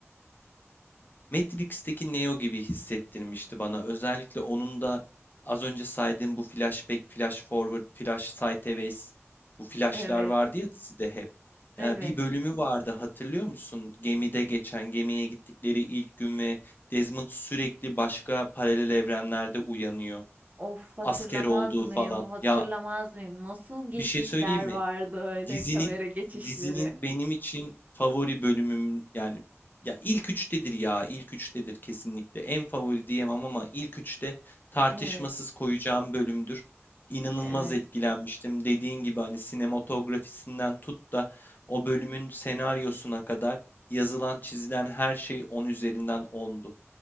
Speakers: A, on the left; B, on the right.
A: Matrix'teki Neo gibi hissettirmişti bana. Özellikle onun da az önce saydığım bu flashback, flash forward, flash sideways bu flashlar
B: Evet,
A: vardı ya dizide hep.
B: evet.
A: Ee, bir bölümü vardı hatırlıyor musun? Gemide geçen, gemiye gittikleri ilk gün ve Desmond sürekli başka paralel evrenlerde uyanıyor.
B: Of hatırlamaz
A: Asker olduğu
B: mıyım?
A: falan.
B: Hatırlamaz
A: Ya
B: mıyım? Nasıl geçişler
A: bir şey söyleyeyim mi?
B: vardı öyle
A: Dizinin
B: kamera geçişleri?
A: dizinin benim için favori bölümüm yani ya ilk üçtedir ya ilk üçtedir kesinlikle. En favori diyemem ama ilk üçte tartışmasız
B: Evet.
A: koyacağım bölümdür. İnanılmaz
B: Evet,
A: etkilenmiştim. Dediğin gibi hani sinematografisinden tut da o bölümün senaryosuna kadar yazılan çizilen her şey 10 üzerinden ondu.